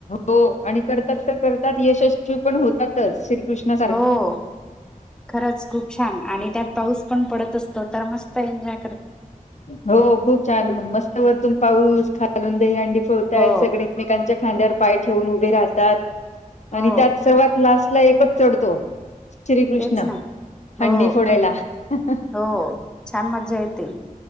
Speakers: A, on the left (about 55°); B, in the centre.
A: हो आणि करतात तर करतात यशस्वी पण होतात. श्री कृष्ण
B: हो खरंच खूप छान आणि त्यात पाऊस पण पडत असतो तर मस्त एंजॉय
A: हो खूप छान मस्त वरतून पाऊस खालून दहीहंडी फोडतायत
B: हो
A: सगळे एकमेकांच्या खांद्यावर पाय ठेवून उभे राहतात
B: हो
A: आणि त्यात सर्वात लास्टला एकच चढतो श्रीकृष्ण
B: तेच ना
A: हंडी
B: हो
A: फोडायला हं ह
B: हो छान मज्जा येते.